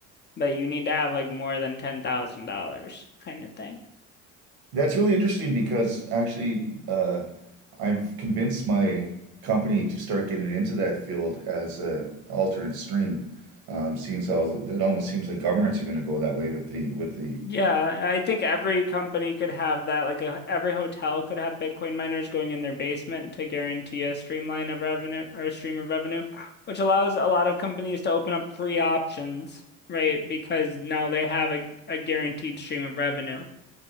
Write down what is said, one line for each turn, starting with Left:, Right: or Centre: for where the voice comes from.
Left: But you need to have like more than $10,000 kind of thing.
Right: That's really interesting because actually, uh, I'm convinced my company to start getting into that field as a alternate stream. Um, seeing as how it almost seems like governments are going to go that way with the with the
Left: Yeah, I think every company could have that. Like a, every hotel could have Bitcoin miners going in their basement to guarantee a streamline of revenue or a stream of revenue, which allows a lot of companies to open up free options, right? Because now they have a, a guaranteed stream of revenue.